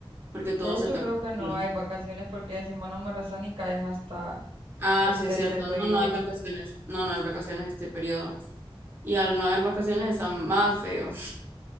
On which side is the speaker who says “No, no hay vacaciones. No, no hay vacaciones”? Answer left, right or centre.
Right